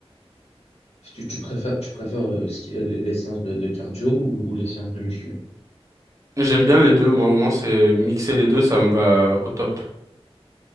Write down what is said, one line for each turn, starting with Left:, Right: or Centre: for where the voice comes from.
Left: Tu, tu préfères, tu préfères euh, ce qui- les, les séances de, de cardio ou, ou les séances de muscu?
Right: mais j'aime bien les deux. Moi, vraiment, c'est mixer les deux, ça me va au top.